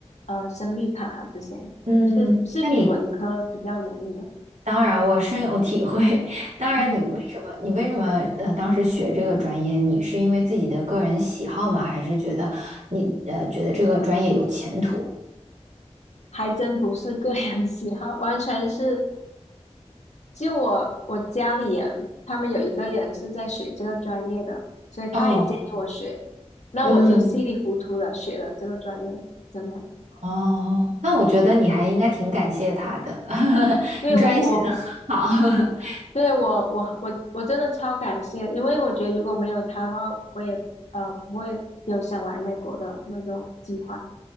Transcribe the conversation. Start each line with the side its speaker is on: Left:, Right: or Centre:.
Left: 呃申绿卡啊这些，
Right: 嗯，
Left: 是是比文科比较容易的。
Right: 那你当然，我深有体会。<laughs> 当然，
Left: 嗯
Right: 你为什么你为什么呃当时学这个专业？你是因为自己的个人喜好吗？还是觉得你呃觉得这个专业有前途？
Left: 还真不是个人 <laughs> 喜好，完全是就我我家里人他们有一个人是在学这个专业的，所以他也建议我学，
Right: 哦，
Left: 那我就稀里糊涂的学了这个专业，
Right: 嗯，
Left: 真的。
Right: 哦，那我觉得你还应该挺感谢他的，<laughs>
Left: 对我我
Right: 你专业选得很好。<laughs>
Left: 对我我我我真的超感谢，因为我觉得如果没有他的话，我也呃不会有想来美国的那种计划。